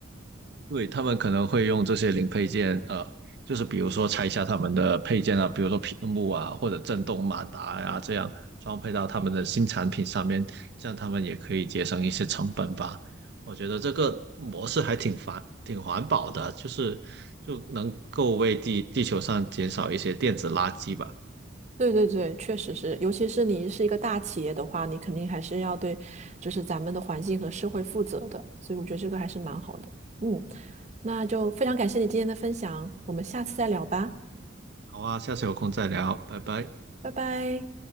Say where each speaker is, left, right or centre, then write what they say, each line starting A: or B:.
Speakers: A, on the right; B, on the right.
A: 对，他们可能会用这些零配件，呃，就是比如说拆下他们的配件啊，比如说屏幕啊，或者震动马达呀、这样装配到他们的新产品上面，这样他们也可以节省一些成本吧。我觉得这个模式还挺环挺环保的，就是就能够为地地球上减少一些电子垃圾吧。
B: 对对对，确实是，尤其是你是一个大企业的话，你肯定还是要对，就是咱们的环境和社会负责的，所以我觉得这个还是蛮好的。嗯，那就非常感谢你今天的分享，我们下次再聊吧，
A: 好啊，下次有空再聊，拜拜。
B: 拜拜。